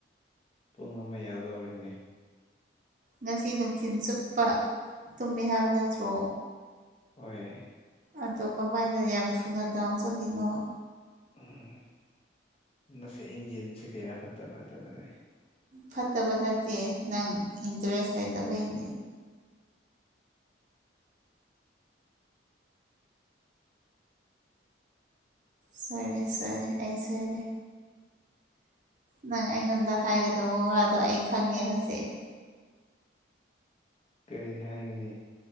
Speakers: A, on the left (about 30°); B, on the right (about 40°).
A: ꯄꯨꯡ ꯑꯃ ꯌꯧꯗꯧꯔꯤꯅꯦ
B: ꯉꯁꯤ ꯅꯨꯡꯊꯤꯟ ꯆꯨꯞꯄ ꯇꯨꯝꯃꯦ ꯍꯥꯏꯕ ꯅꯠꯇ꯭ꯔꯣ
A: ꯍꯣꯏ
B: ꯑꯗꯣ ꯀꯃꯥꯏꯅ ꯌꯥꯝ ꯊꯨꯅ ꯗꯥꯎꯟ ꯆꯠꯂꯤꯅꯣ
A: ꯎꯝ ꯅꯁꯦ ꯏꯡꯖꯤꯡꯁꯦ ꯀꯌꯥ ꯐꯠꯇꯕ ꯑꯗꯨꯅꯅꯦ
B: ꯐꯠꯇꯕ ꯅꯠꯇꯦ ꯅꯪ ꯏꯟꯇꯔꯦꯁ ꯂꯩꯇꯕꯩꯅꯦ ꯁꯣꯏꯔꯦ ꯁꯣꯏꯔꯦ ꯑꯩ ꯁꯣꯏꯔꯦ ꯅꯪ ꯑꯩꯉꯣꯟꯗ ꯍꯥꯏꯒꯗꯣꯕ ꯋꯥꯗꯣ ꯑꯩ ꯈꯪꯉꯦ ꯍꯧꯖꯤꯛ
A: ꯀꯔꯤ ꯍꯥꯏꯒꯅꯤ